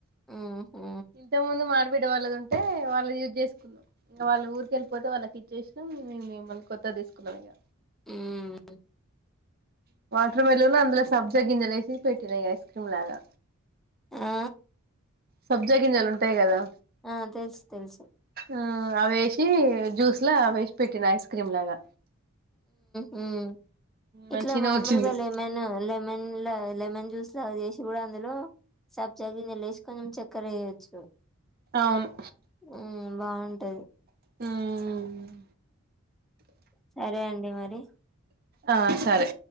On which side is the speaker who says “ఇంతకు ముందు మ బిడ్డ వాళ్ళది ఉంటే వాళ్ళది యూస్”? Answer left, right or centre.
Right